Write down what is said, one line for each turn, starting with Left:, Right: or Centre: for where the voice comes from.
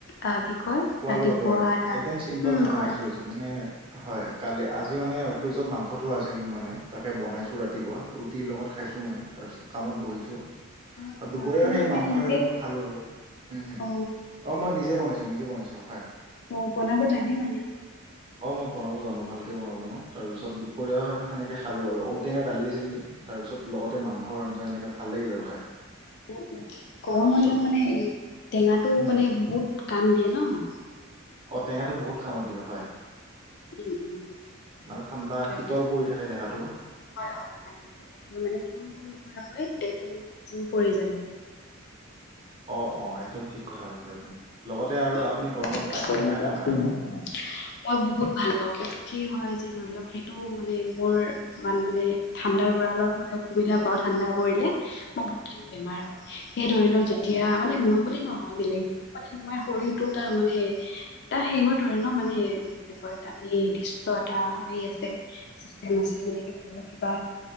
Left: আ কি কয়
Right: খোৱা
Left: ৰাতিপুৱা
Right: লোৱাতটো আৰু
Left: তাৰ
Right: একদম চিম্পল
Left: উম
Right: খানা
Left: কোৱা
Right: খাইছো আজি মানে হয়, কালি আজি মানে ফ্ৰিজত মাংস থোৱা আছিল মানে তাকে বনাইছো ৰাতিপুৱা ৰুটিৰ লগত খাইছোঁ মানে তাৰপিছত কামত বহিছো
Left: অ আচ্ছা
Right: ত দুপৰীয়াও
Left: আপুনি
Right: সেই মাংসই
Left: মানে নিজে
Right: অলপমান খালো আৰু হম- হম
Left: অ
Right: অহ মই নিজে বনাইছো -নিজে বনাইছো। হয়
Left: অ', বনাব জানে মানে?
Right: অহ, মই বনাব জানো ভালকে বনাব জানো তাৰপিছত দুপৰীয়া সেনেকে খালোঁ আৰু ঔটেঙাৰ দালি আছিল তাৰপিছত লগতে মাংসৰ আঞ্জা এনেকে ভাল লাগিল আৰু খাই।
Left: উম- উম
Right: তাৰপিছত
Left: গৰমৰ দিনত মানে এই টেঙাটো
Right: উম
Left: মানে বহুত কাম দিয়ে ন'
Right: টেঙাটো বহুত কামত দিয়ে হয়।
Left: উম উম
Right: মানে ঠাণ্ডা
Left: সেইটোয়ে
Right: শীতল পৰি থাকে দেহাটো।
Left: হয় -হয় মানে সেইটো হয় মানে এইটো অনুভৱ নকৰাকৈ তে এইটো মানে জোৰ পৰি যায় এইটো
Right: অহ -অহ একদম ঠিক কথা কৈছে আপুনি লগতে আৰু
Left: <unintelligible>
Right: আপুনি গৰমত আইচক্ৰীম খায় নে নাখায়?
Left: মই বহুত ভাল পাওঁ কিন্তু সি হয় যে ধৰি লওঁক সেইটো মানে মোৰ অকমান মানে ঠাণ্ডাৰ পৰা অলপ মানে অসুবিধা পাওঁ ঠাণ্ডা পৰিলে মোৰ বহুত খিনি বেমাৰ হয় সে ধৰি লওক এতিয়া মানে মই বুলি নহয় বেলেগেও মানে তোমাৰ শৰীৰটো এটা মানে এটা শেহৰ ধৰে ন' মানে কি বুলি কয় এটা নিৰ্দিষ্ট এটা হেৰী আছে চিষ্টেম আছে সেনেকে ধৰি লঁওক কিবা